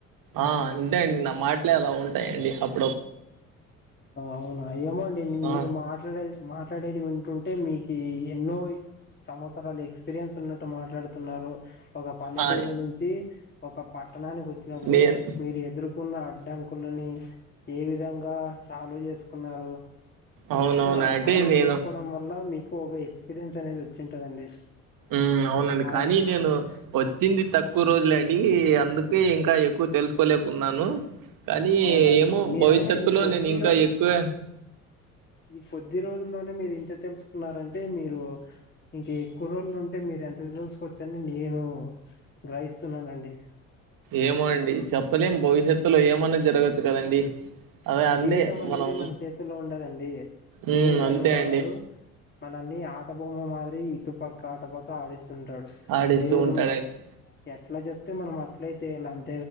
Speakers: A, on the right; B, on the left.
A: ఆ అంతే అండి నా మాటలే అలా ఉంటాయండి హబ్
B: అవునా ఏమోండి
A: ఆ
B: మీరు మాట్లాడేది మాట్లాడేది విన్ టుంటే మీకి ఎన్నో సంవత్సరాలు ఎక్స్పీరియన్స్ ఉన్నట్టు మాట్లాడుతున్నారు ఒక పల్లెటూరు
A: ఆ
B: నుంచి ఒక పట్టణానికి వచ్చినప్పుడు
A: నేను
B: మీరు ఎదురు కున్న అడ్డంకులని ఏ విధంగా సాల్వ్ చేసుకున్నారు
A: అవునవునా
B: ఆ ఆ సాల్వ్
A: అంటే నేను
B: చేసుకోవడం వల్ల మీకు ఒక ఎక్స్పీరియన్స్ అనేది వచ్చింటదండి
A: ఉ అవునండి
B: ఆ
A: కానీ
B: ఎక్స్పీ
A: నేను వచ్చింది తక్కువ రోజులె అండి అందుకే ఇంకా ఎక్కువ తెలుసుకోలేకున్నాను కానీ
B: అవునండి
A: ఏమో
B: మీరైనా
A: భవిష్యత్తులో
B: ఈ కొద్ది
A: నేను ఇంకా
B: రో
A: ఎక్కువే
B: ఈ కొద్ది రోజుల్లోనే మీరు ఇంత తెలుసుకున్నారంటే మీరు ఇంక ఇ కురోళ్లుు ఉంటే మీరు ఎంత తెలుసుకోవచ్చని నేను గ్రహిస్తున్నానండి
A: ఏమొ అండి చెప్పలేం భవిష్యత్తులో ఏమన్నాది జరగచ్చు కదండి అదే అందే
B: జీవితం అనేది
A: మనం
B: మన చేతిలో ఉండదండి
A: మ్మ్
B: దేవుడు
A: అంతే
B: అనేవాడు
A: అండి
B: మనల్ని ఆట బొమ్మ మా ఇటుపక్క అటుపక్క ఆడిస్తుంటాడు
A: ఆడిస్తూ
B: దేవుడు
A: ఉంటాడండి
B: మ ఎట్లా చెప్తే మనం ఇట్లే చేయాలనీ